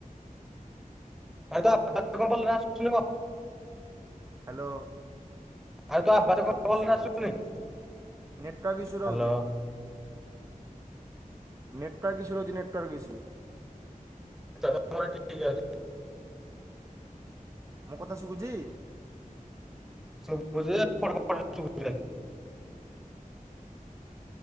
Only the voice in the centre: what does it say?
ଆରେ ତ <unintelligible> କଣ ଆସୁନି ନା କଣ?
ଆରେ ତୋ ଆବାଜ
କଣ ଭଲରେ
ଆସୁନି
ହ୍ୟାଲୋ
ଆଛା ତମର ଠିକ ଅଛି?
<unintelligible>